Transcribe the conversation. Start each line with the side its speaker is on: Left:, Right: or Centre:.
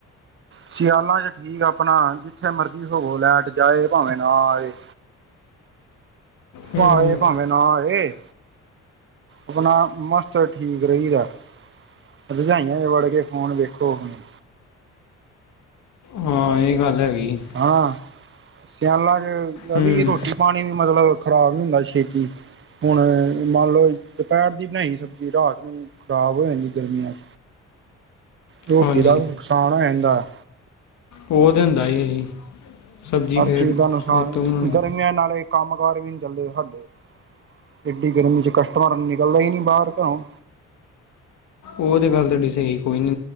Right: ਸਿਆਲਾਂ ਚ ਠੀਕ ਆਪਣਾ ਜਿੱਥੇ ਮਰਜ਼ੀ ਸੋਵੋ। ਲੈਟ ਜਾਏ ਭਾਵੇਂ ਨਾ ਆਏ।
Left: ਹੂੰ
Right: ਆਏ ਭਾਵੇਂ ਨਾ ਆਏ, ਅਪਣਾ ਮਸਤ ਠੀਕ ਰਹੀਦਾ। ਰਜਾਈਆਂ ਚ ਵੜ ਕੇ ਫੋਨ ਵੇਖੋ ਅਪਨੇ।
Left: ਹਾਂ ਏ ਗੱਲ ਹੈਗੀ।
Right: ਹਾਂ, ਸਿਆਲਾਂ ਚ ਰਵੀ
Left: ਹੂੰ
Right: ਰੋਟੀ। ਪਾਣੀ ਵੀ ਮਤਲਬ ਖਰਾਬ ਨੀ ਹੁੰਦਾ ਛੇਤੀ। ਹੁਣ ਮੰਨ ਲਓ ਦੁਪਹਿਰ ਦੀ ਬਣਾਈ ਸਬਜ਼ੀ ਰਾਤ ਨੂੰ ਖ਼ਰਾਬ ਹੋ ਜਾਂਦੀ ਗਰਮੀਆਂ ਚ। ਰੋਟੀ
Left: ਹਾਂਜੀ
Right: ਦਾ ਨੁਕਸਾਨ ਹੋ ਜਾਂਦਾ।
Left: ਓ ਤਾਂ ਹੁੰਦਾ ਈ ਐ ਜੀ। ਸਬਜ਼ੀ
Right: ਹਰ
Left: ਫਿਰ
Right: ਚੀਜ਼ ਦਾ ਨੁਕਸਾਨ
Left: ਫਿਰ ਤੋਂ ਬਣਾਉਣੀ
Right: ਗਰਮੀਆਂ ਨਾਲ ਕੰਮ ਕਾਰ ਵੀ ਨੀ ਚਲਦੇ ਸਾਡੇ, ਏਡੀ ਗਰਮੀ ਚ ਕਸਟਮਰ ਨਿਕਲਦਾ ਈ ਨੀ ਬਾਹਰ ਘਰੋਂ।
Left: ਓ ਤੇ ਗੱਲ ਤੁਹਾਡੀ ਸਹੀ ਕੋਈ ਨੀ